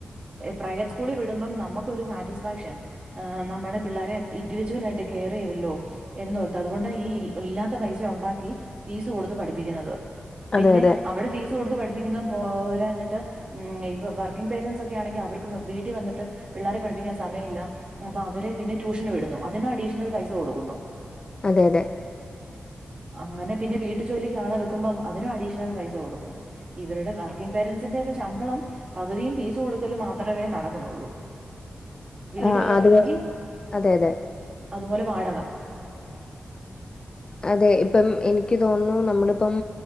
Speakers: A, on the right; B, on the left.
A: പ്രൈവറ്റ് സ്കൂളിൽ വിടുമ്പോം നമുക്കൊരു സാറ്റിസ്ഫാക്ഷൻ ആ നമ്മുടെ പിള്ളോരെ ഇൻഡിവിജ്വൽ ആയിട്ട് കെയർ ചെയ്യുമല്ലോ എന്നോർത്ത അതുകൊണ്ട് ഈ ഇല്ലാത്ത പൈസ ഉണ്ടാക്കി ഫീസ് കൊടു പഠിപ്പിക്കുന്നത് പിന്നെ
B: അതെ അതെ
A: അവിടെ ഫീസ് കൊടുത്ത് പഠിപ്പിക്കുന്ന പോരാഞ്ഞിട്ട് ഉം ഇപ്പൊ വർക്കിംഗ് പാരൻസ് ഒക്കെ ആണെങ്കിൽ അവർക്ക് വീട്ടിൽ വന്നിട്ട് പിള്ളാരെ പഠിപ്പിക്കാൻ സമയമില്ല അപ്പൊ അവരെ പിന്നെ ട്യൂഷന് വിടുന്നു അതിന് അഡീഷണൽ പൈസ കൊടുക്കുന്നു
B: അതെ അതെ
A: അങ്ങനെ പിന്നെ വീട്ടു ജോലിക്ക് ആളെ വെക്കുമ്പം അതിനും അഡീഷണൽ പൈസ കൊടുക്കുന്നു ഇവരുടെ വർക്കിംഗ് പേരൻസിന്റെ ഒക്കെ ശമ്പളം പകുതിയും ഫീസ് കൊടുക്കല് മാത്രമേ നടക്കുന്നുള്ളൂ വീടില്ലെങ്കി
B: ആ അത് അതെ അതെ
A: അതുപോലെ വാടക
B: അതെ ഇപ്പം എനിക്ക് തോന്നുന്നു നമ്മളിപ്പം